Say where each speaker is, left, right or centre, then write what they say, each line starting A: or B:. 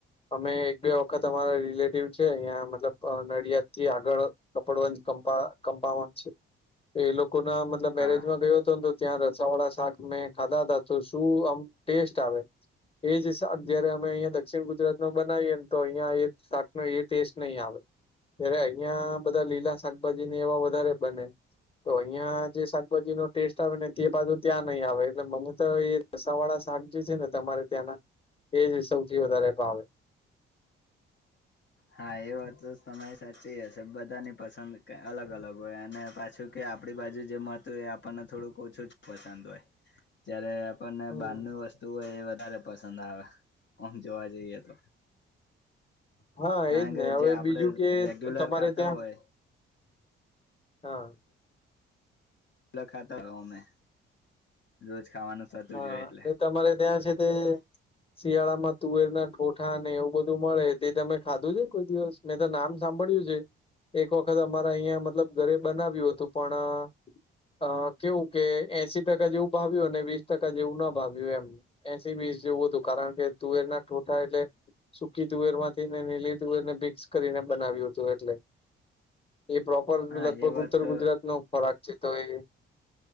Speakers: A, on the left (about 20°); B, on the left (about 40°).
A: અમે એક-બે વખત અમારા રિલેટિવ છે અહીંયા મતલબ નડિયાદથી આગળ કપડવંજ કંપા-કંપાવન છે એ લોકોના મતલબ મેરેજમાં
B: હા
A: ગયો તોન તો ત્યાં રસા વાળા શાક મેં ખાધા હતા તો શું આમ ટેસ્ટ આવે, એજ શાક જયારે અમે અહિયા દક્ષિણ ગુજરાતમાં બનાવીએન તો અહિયાં એજ શાક નો એ ટેસ્ટ નહી આવે જ્યારે અહિયાં બધા લીલા શાકભાજીને એવા વધારે બને તો અહિયાં જે શાકભાજીનો ટેસ્ટ આવે ને તે બાજુ ત્યાં નહીં આવે એટલે મને તો એ રસા વાળા શાક જે છે ને તમારે ત્યાંના એજ સૌથી વધારે ભાવે.
B: હા, એ વાત તો તમારી સાચી હશે બધાની પસંદ અલગ અલગ હોય અને પાછું કે આપડી બાજુ જે મળતું હોય એ આપણને થોડુંક ઓછું જ પસંદ હોય. જ્યારે આપણને
A: હમ
B: બારનું વસ્તુ હોય એ વધારે પસંદ આવ, ઓમ જોવા જઈએ તો.
A: હા,
B: કારણ
A: એજ
B: કે
A: ને. હવે
B: જે આપણે
A: બીજું કે
B: રેગ્યુલર
A: તમારે
B: ખાતા
A: ત્યાં
B: હોય
A: હા.
B: લખાતા <inaudible> ઓમે રોજ ખાવાનું થતું
A: હા,
B: જ હોય એટલે
A: ને તમારે ત્યાં છે તે
B: <inaudible>
A: શિયાળામાં તુવેરનાં ઠોઠા ને એવું બધું મળે તે તમે ખાધું છે કોઈ દિવસ? મેં તો નામ સાંભળ્યું છે. એક વખત અમારે અહિયાં મતલબ ઘરે બનાવ્યું હતું પણ ‌‌ અ કેવું કે એસી ટકા જેવું ભાવ્યું અને વીસ ટકા જેવું ન ભાવ્યું એમ એસી-વિસ જેવું હતું કારણ કે તુવેર ના ઠુંઠા એટલે સુકી તુવેર માંથી ને લીલી તુવેરને મિક્સ કરીને બનાવ્યું હતું એટલે એ પ્રોપર
B: હા
A: લગભગ
B: એ વાત
A: ઉત્તર
B: તો
A: ગુજરાતનો ખોરાક છે તો એ